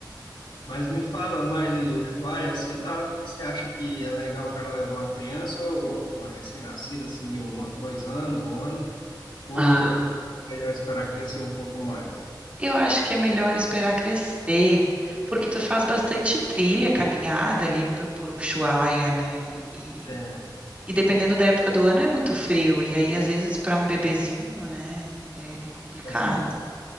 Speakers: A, on the left; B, on the right.
A: Mas me fala mais de Ushuaia, assim, tá, você acha que é legal o cara levar uma criança ou uma recém-nascida, assim, de um, an- dois anos, um ano, ou
B: Ah,
A: ou é melhor esperar crescer um pouco mais?
B: eu acho que é melhor esperar crescer, porque tu faz bastante trilha, caminhada ali p- por Ushuaia, né? E
A: É,
B: E dependendo da época do ano é muito frio, e aí às vezes para um bebezinho, né, é, é complicado.
A: faz sentido.